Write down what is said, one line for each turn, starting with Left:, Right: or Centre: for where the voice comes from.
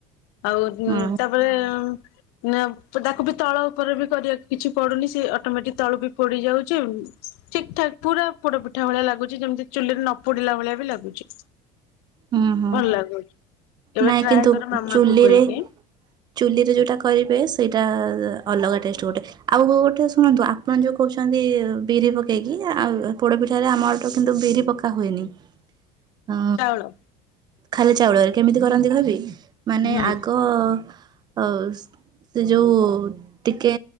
Left: ଆଉ
Right: ହୁଁ
Left: ତା ପରେ ନା ତାକୁ ବି ତଳ ଉପରେ ବି କରିବାକୁ କିଛି ପଡୁନି ସେ ଅଟୋମେଟିକ୍ ତଳ ବି ପୋଡି ଯାଉଚି। ଠିକ୍ ଠାକ୍ ପୁରା ପୋଡ ପିଠା ଭଳିଆ ଲାଗୁଚି ଯେମିତି ଚୁଲିରେ ନ ପୋଡିଲା ଭଳିଆ ବି ଲାଗୁଚି।
Right: ହୁଁ ହୁଁ।
Left: ଭଲ୍ ଲାଗୁଚି, କେବେ
Right: ନାଇଁ
Left: ଟ୍ରାଏ
Right: କିନ୍ତୁ
Left: କର ମାମା
Right: ଚୁଲିରେ
Left: କୁ କହିକି।
Right: ଚୁଲିରେ ଯୋଉଟା କରିବେ ସେଇଟା ଅଲଗା ଟେଷ୍ଟ୍ ଗୋଟେ। ଆଉ ଗୋଟେ ଶୁଣନ୍ତୁ ଆପଣ ଯୋଉ କହୁଚନ୍ତି ବିରି ପକେଇକି ଆଉ ପୋଡ ପିଠାରେ ଆମ ଆଡେ ତ କିନ୍ତୁ ବିରି ପକା କା ହୁଏନି। ଅଁ
Left: ଚାଉଳ
Right: ଖାଲି ଚାଉଳରେ କେମିତି କରନ୍ତି କହିବି ମାନେ
Left: ହୁଁ
Right: ଆଗ ହ ଆ ସେ ଯୋଉ ଟିକେ